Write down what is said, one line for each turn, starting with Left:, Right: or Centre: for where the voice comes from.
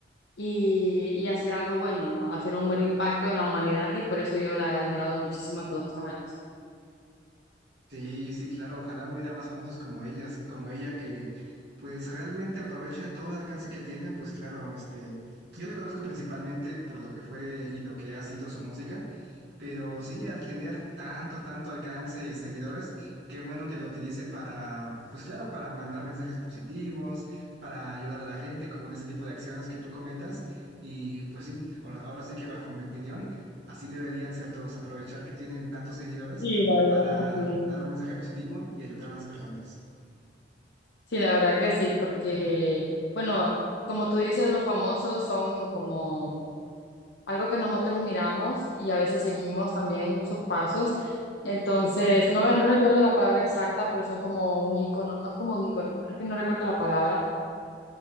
Left: y, y hacer algo bueno, ¿no? Hacer un buen impacto en la humanidad y por eso yo la he admirado muchísimo todos estos años.
Right: Sí, sí, claro, ojalá hubiera más famosos como ellas, como ella que pues realmente aprovecha todo el alcance que tiene, pues claro, este, yo la conozco principalmente por lo que fue y lo que ha sido su música, Pero sí, al tener tanto, tanto alcance y seguidores, qué bueno que la utilice para, pues claro, para mandar mensajes positivos, para ayudar a la gente, como en ese tipo de acciones que tú comentas. Y pues sí, ahora, ahora sí que bajo mi opinión, así deberían ser todos, aprovechar que tienen tantos seguidores
Left: Sí, la verdad
Right: para
Left: que sí.
Right: dar un mensaje positivo y ayudar a las personas.
Left: Sí, la verdad que sí, porque, bueno, como tú dices, los famosos son como algo que nosotros miramos y a veces seguimos también sus pasos. Entonces, no me no recuerdo la palabra exacta, pero son como un ícono, no como un ícono, pero es que no recuerdo la palabra,